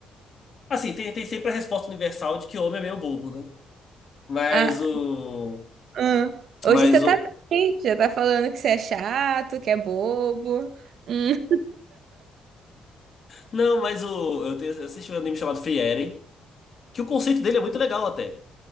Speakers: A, on the left; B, on the right.
A: assim, tem, tem sempre a resposta universal de que homem é meio bobo, né? Mas
B: Ah,
A: o
B: hum. Hoje
A: mas
B: você tá
A: o
B: bem, já tá falando que você é chato, que é bobo. Hum,
A: não, mas o eu, tenho, eu assisti um anime chamado Free Eren, que o conceito dele é muito legal até.